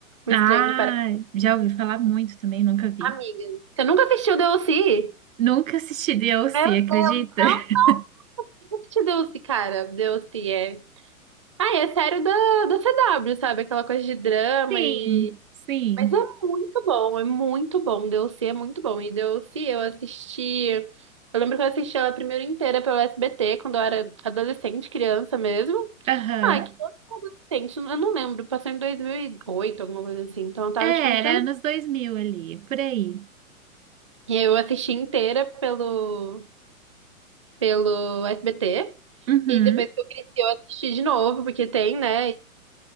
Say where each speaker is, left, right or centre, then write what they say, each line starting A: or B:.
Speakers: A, on the right (about 20°); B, on the right (about 65°).
A: Um
B: Ah,
A: Estranho no Paraíso.
B: já ouvi falar muito também, nunca vi.
A: Amiga, você nunca assistiu DLC?
B: Nunca assisti DLC,
A: Meu
B: acredita?
A: Deus, não?
B: <laughs>
A: Por que Nunca assistiu DLC, cara. DLC é Ah, é sério da, da CW, sabe? Aquela coisa de drama
B: Sim,
A: e.
B: sim.
A: Mas é muito bom, é muito bom. Deus se é muito bom. E Deus se eu assisti. Eu lembro que eu assisti ela primeiro inteira pelo SBT, quando eu era adolescente, criança mesmo.
B: Aham.
A: Ai, que adolescente, eu não lembro. Passou em 2008, alguma coisa assim. Então eu tava,
B: É,
A: tipo, entrando.
B: Era anos dois mil ali, por aí.
A: E aí eu assisti inteira pelo, pelo SBT.
B: Uhum.
A: E aí depois que eu cresci, eu assisti de novo, porque tem, né?